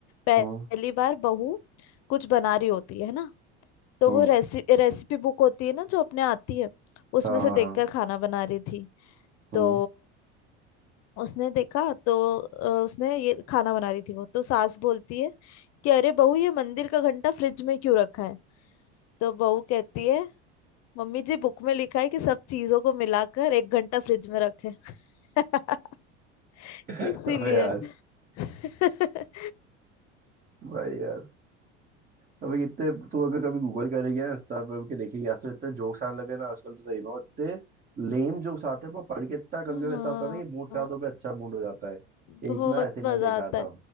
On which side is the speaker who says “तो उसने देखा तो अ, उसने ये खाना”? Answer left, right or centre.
Left